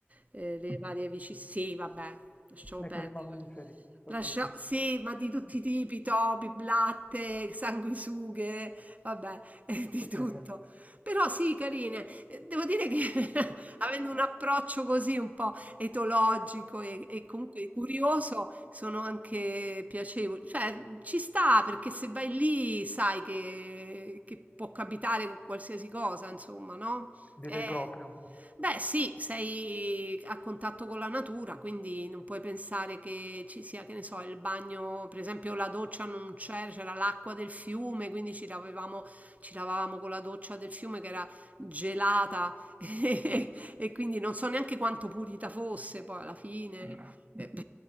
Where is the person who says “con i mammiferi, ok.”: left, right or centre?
Left